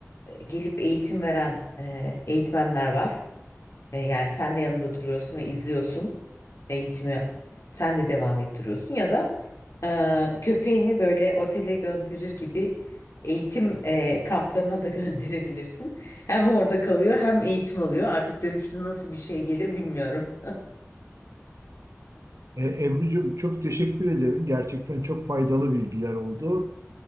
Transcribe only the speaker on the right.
E, Ebru'cum çok teşekkür ederim. Gerçekten çok faydalı bilgiler oldu.